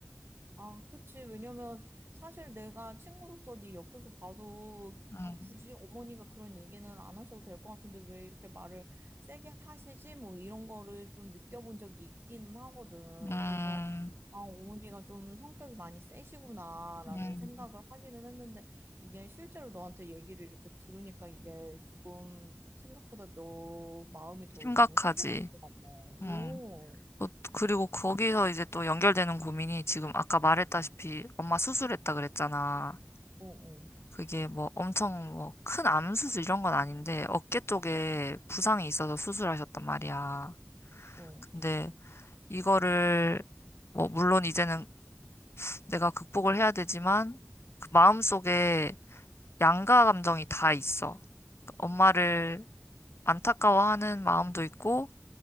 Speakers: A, on the right (about 55°); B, on the left (about 60°).
A: 아, 그치. 왜냐면 사실 내가 친구로서 네 옆에서 봐도
B: 음,
A: 아, 굳이 어머니가 그런 얘기는 안 하셔도 될 것 같은데 왜 이렇게 말을 세게 하시지? 뭐 이런 거를 좀 느껴본 적이 있기는 하거든.
B: 음,
A: 그래서 아, 어머니가 좀 성격이 많이 세시구나라는
B: 음,
A: 생각을 하기는 했는데 이게 실제로 너한테 얘기를 이렇게 들으니까 이게 조금 생각보다 너 마음이 더
B: 심각하지.
A: 너무 힘들었을 것 같네. 오,
B: 음. 또 그리고 거기서 이제 또 연결되는 고민이 지금 아까 말했다시피 엄마 수술했다 그랬잖아.
A: 어, 어,
B: 그게 뭐 엄청 뭐 큰 암수술 이런 건 아닌데 어깨 쪽에 부상이 있어서 수술하셨단 말이야.
A: 어.
B: 근데 이거를 뭐 물론 이제는 내가 극복을 해야 되지만 그 마음속에 양가 감정이 다 있어. 그 엄마를 안타까워하는 마음도 있고